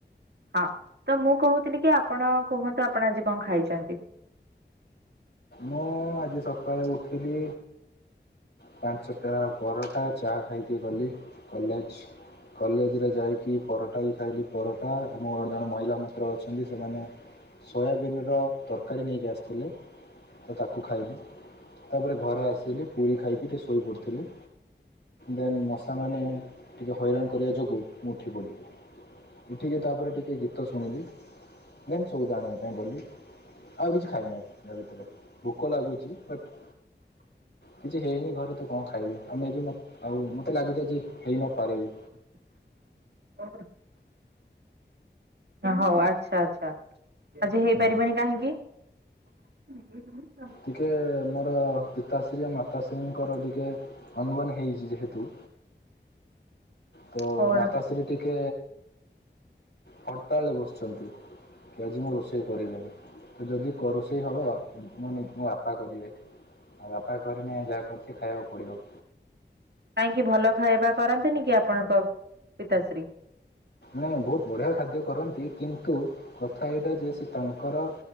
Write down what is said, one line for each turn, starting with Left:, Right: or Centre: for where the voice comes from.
Right: ହଁ ତ ମୁଁ କହୁଥିଲି କି ଆପଣ କୁହନ୍ତୁ ଆପଣ ଆଜି କଣ ଖାଇଛନ୍ତି। <inaudible>
Left: ମୁଁ ଆଜି ସକାଳେ ଉଠିଲି ପାଞ୍ଚଟା ପରଟା ଚାହା ଖାଇକି ଗଲି କଲେଜ୍। କଲେଜ୍ରେ ଯାଇକି ପରଟା ବି ଖାଇଲି, ପରଟା ଆମ ଜଣେ ମହିଳା ମିତ୍ର ଅଛନ୍ତି ସେମାନେ। ସୋୟାବିନ୍ର ତରକାରୀ ନେଇକି ଆସିଥିଲେ ତ ତାକୁ ଖାଇଲି ତାପରେ ଘରେ ଆସିଲି ପୁରୀ ଖାଇକି ଟିକେ ଶୋଇ ପଡ଼ୁ ଥିଲି ଦେନ୍ ମଶାମାନେ ଟିକେ ହଇରାଣ କରିବା ଯୋଗୁଁ ମୁଁ ଉଠି ପଡ଼ିଲି। ଉଠିକି ତାପରେ ଟିକେ ଗୀତ ଶୁଣିଲି। ଦେନ୍ ସଉଦା ଆଣିବା ପାଇଁ ଗଲି ଆଉ କିଛି ଖାଇନାହିଁ ଯ ଭିତରେ। ଭୋକ ଲାଗୁଛି ବଟ୍
Right: <inaudible>
Left: କିଛି ହେଇନି ଘରେ ତ କଣ ଖାଇବି ଆମେ ଏେ ଆଉ ମତେ ଲାଗୁଛିଜି ହେଇ ନପାରେିବି।
Right: <inaudible> ହଉ ଆଚ୍ଛା ଆଚ୍ଛା ଆଜି ହେଇପାରିବନି
Left: ହୁଁ।
Right: କାହିଁକି <inaudible>
Left: ଟିକେ ମୋର। ପିତାଶ୍ରୀ ମାତାଶ୍ରୀଙ୍କର ଟିକେ ଅନୁମାନ ହେଇଛି ଯେହେତୁ ତ
Right: କଣ?
Left: ମାତାଶ୍ରୀ ଟିକେ ହରତାଳରେ ବସିଛନ୍ତି କି ଆଜି ମୁଁ ରୋଷେଇ କରିବେନି ତ ଯଦି କ ରୋଷେଇ ହେବ ମୁଁ ମୋ ବାପା କରିବେ ଆଉ ବାପା କରିନେ ଯାହା କରି ଶି ଖାଇବାକୁ ପଡ଼ିବ।
Right: କାହିଁକି ଭଲ ଖାଇବା କରନ୍ତିନି କି ଆପଣଙ୍କ ପିତାଶ୍ରୀ।
Left: ମାନେ ବହୁତ ବଢ଼ିଆ ଖାଦ୍ୟ କରନ୍ତି କିନ୍ତୁ କଥା ଏଇଟା ଯେ ସେ ତାଙ୍କର